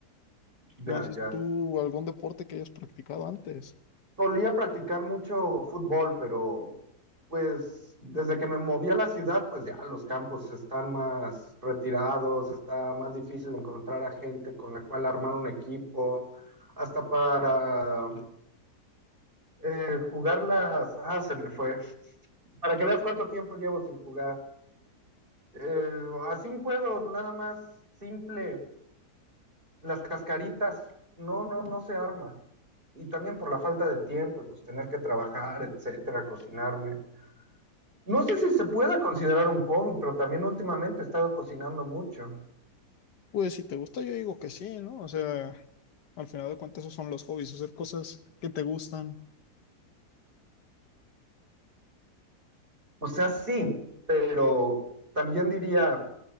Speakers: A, on the right; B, on the left.
A: Ya,
B: no sé
A: ya.
B: tú algún deporte que hayas practicado antes.
A: Solía practicar mucho fútbol, pero pues desde que me moví a la ciudad, pues ya los campos están más retirados, está más difícil encontrar a gente con la cual armar un equipo, hasta para eh, jugar las... Ah, se me fue. Para que veas cuánto tiempo llevo sin jugar. Eh, así un juego nada más simple. las cascaritas, no, no, no se arma. Y también por la falta de tiempo y pues tener que trabajar, etcétera, cocinarme. No sé si se pueda considerar un hobby, pero también últimamente he estado cocinando mucho.
B: Pues si te gusta, yo digo que sí, ¿no? O sea, al final de cuentas, esos son los hobbies, hacer cosas que te gustan.
A: O sea, sí, pero también diría,